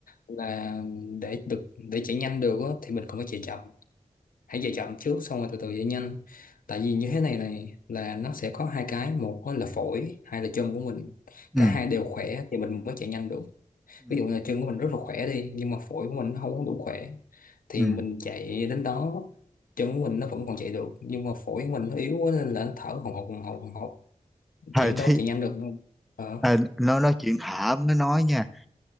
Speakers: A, on the left; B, in the centre.
A: là để được để chạy nhanh được á, thì mình còn phải chạy chậm hãy chạy chậm trước xong rồi từ từ chạy nhanh tại vì như thế này này là nó sẽ có hai cái một á là phổi hai là chân của mình
B: ừ
A: cả hai đều khỏe thì mình mới chạy nhanh được
B: ừ
A: ví dụ như là chân của mình rất là khỏe đi nhưng mà phổi của mình nó không có đủ khỏe thì
B: ừ
A: mình chạy đến đó chân của mình nó vẫn còn chạy được nhưng mà phổi của mình nó yếu quá nên là nó thở hồng hộc hồng hộc hồng hộc
B: thời
A: thì đến
B: thì
A: đâu chạy nhanh được Ờ.
B: à, nó nói chuyện thở mới nói nha